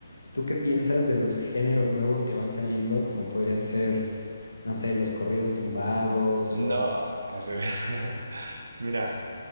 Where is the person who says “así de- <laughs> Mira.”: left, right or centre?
Right